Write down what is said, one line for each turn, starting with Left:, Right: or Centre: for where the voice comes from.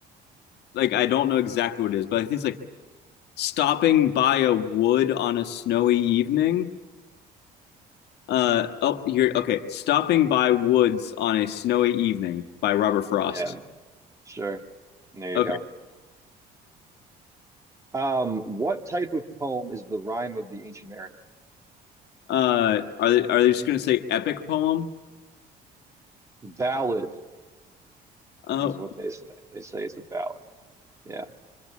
Left: like I don't know exactly what it is, but I think it's like stopping by a wood on a snowy evening. Uh, oh, here. Okay. Stopping by Woods on a Snowy Evening by Robert Frost.
Right: yeah, sure. There you
Left: Okay.
Right: go. Um, what type of poem is the rhyme of the Ancient Mariner?
Left: Uh, are they, are they just going to say epic poem?
Right: Ballad
Left: Oh,
Right: is what they say. They say it's a ballad. Yeah.